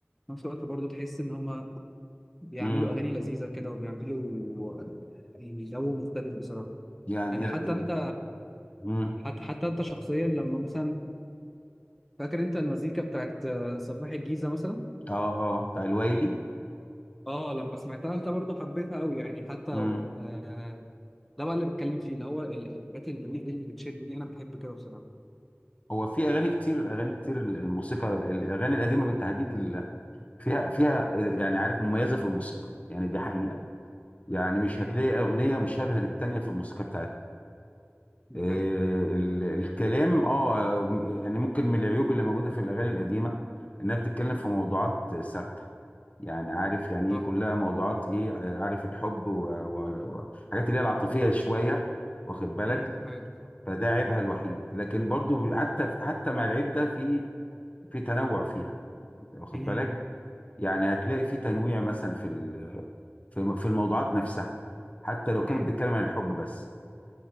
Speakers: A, in the centre; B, on the left.
A: في نفس الوقت برضه تحس ان هم بيعملوا
B: امم
A: اغاني لذيذه كده وبيعملوا آه، يعني جو مختلف بصراحه
B: يعني
A: يعني حتى
B: ال... ال...
A: انت
B: امم
A: حتى حتى انت شخصيا لما مثلا فاكر انت المزيكا بتاعت آه، سفاح الجيزه مثلا
B: اه اه بتاع الويلي
A: اه لما سمعتها انت برضه حبيتها قوي يعني حتى و...
B: امم
A: آه ده بقى اللي بتكلم فيه اللي هو ال- الحاجات الجديدة اللي بتشد دي انا بحب كده بصراحة
B: هو في اغاني كتير اغاني كتير ال- الموسيقى ال- الاغاني القديمه بالتحديد ال... فيها فيها آه، يعني عارف مميزه في الموسيقى يعني دي حقيقه يعني يعني مش
A: امم
B: هتلاقي اغنيه مشابهه للتانيه في الموسيقى بتاعتها
A: دي
B: آه،
A: حقيقة
B: ال- الكلام اه يعني ممكن من العيوب اللي موجوده في الاغاني القديمه انها بتتكلم في موضوعات ثابته يعني عارف يعني
A: صح
B: ايه كلها موضوعات ايه آه، عارف الحب والحاجات اللي هي العاطفيه شويه واخد بالك
A: امم دي حقيقة
B: فده عيبها الوحيد لكن برضو حتى حتى مع العيب ده في في تنوع فيها واخد
A: امم
B: بالك يعني هتلاقي في تنويع مثلا في ال- في في الموضوعات نفسها حتى لو كانت
A: امم
B: بتتكلم عن الحب بس